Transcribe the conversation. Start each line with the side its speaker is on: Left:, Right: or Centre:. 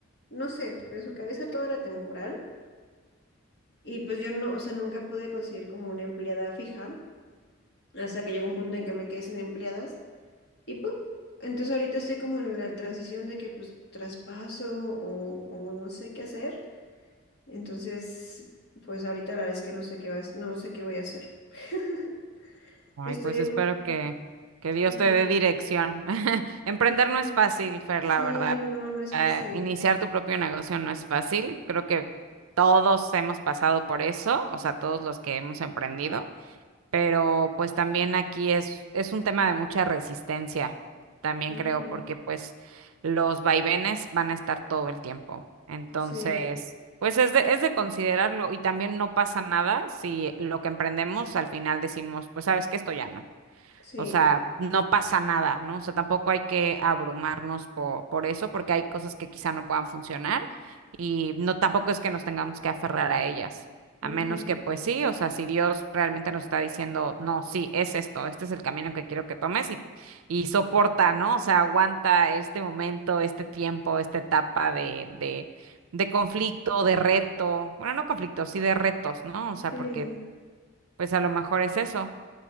Left: no sé, en su cabeza todo era temporal. Y pues yo no, o sea, nunca pude conseguir como una empleada fija, hasta que llegó un punto en que me quedé sin empleadas. Y pues, entonces ahorita estoy como en la transición de que pues traspaso o, o no sé qué hacer. Entonces, pues ahorita la verdad es que no sé qué vas, no sé qué voy a hacer. <laughs>
Right: Ay,
Left: Estoy
Right: pues
Left: en
Right: espero
Left: un,
Right: que, que
Left: estoy
Right: Dios
Left: en
Right: te
Left: un
Right: dé
Left: limbo.
Right: dirección. <laughs> Emprender
Left: Sí,
Right: no es fácil, Fer,
Left: sí,
Right: la verdad.
Left: no, no es
Right: Eh,
Left: fácil.
Right: iniciar tu propio negocio no es fácil. Creo que todos hemos pasado por eso, o sea, todos los que hemos emprendido. pero pues también aquí es, es un tema de mucha resistencia, también
Left: Ujú,
Right: creo, porque pues los vaivenes van a estar todo el tiempo. Entonces,
Left: Sí,
Right: pues es de, es de considerarlo y también no pasa nada si lo que emprendemos al final decimos, pues sabes que esto ya no.
Left: sí,
Right: O sea, no pasa nada, ¿no? O sea, tampoco hay que abrumarnos po- por, eso, porque hay cosas que quizá no puedan funcionar y no tampoco es que nos tengamos que aferrar a ellas,
Left: ujú,
Right: a menos que pues sí, o sea, si Dios realmente nos está diciendo, no, sí, es esto, este es el camino que quiero que tomes y, y soporta, ¿no? O sea, aguanta este momento, este tiempo, esta etapa de, de, de conflicto, de reto, bueno, no conflicto, sí de retos, ¿no? O sea,
Left: Sí,
Right: porque pues a lo mejor es eso,